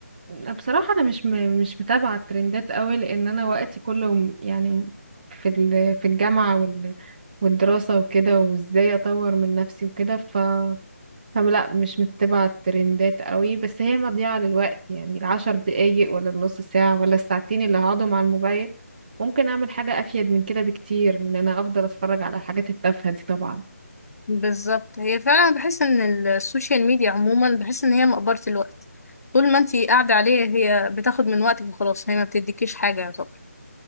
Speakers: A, on the right; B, on the left.
A: بصراحة انا مش م... مش متابعة الترندات قوي لان انا وقتي كله م- يعني في ال... في الجامعة وال... والدراسة وكده وازاي اطور من نفسي وكده ف فلا مش متبعة الترندات قوي بس هي مضيعة للوقت يعني العشر دقايق ولا النص ساعة ولا الساعتين اللي هقعدهم على الموبايل ممكن اعمل حاجة افيد من كده بكتير من ان انا افضل اتفرج على الحاجات التافهة دي طبعا
B: بالظبط هي فعلا بحس ان السوشيال ميديا عموما بحس ان هي مقبرة الوقت طول ما انت قاعدة عليها هي بتاخد من وقتك وخلاص هي ما بتديكيش حاجة يعتبر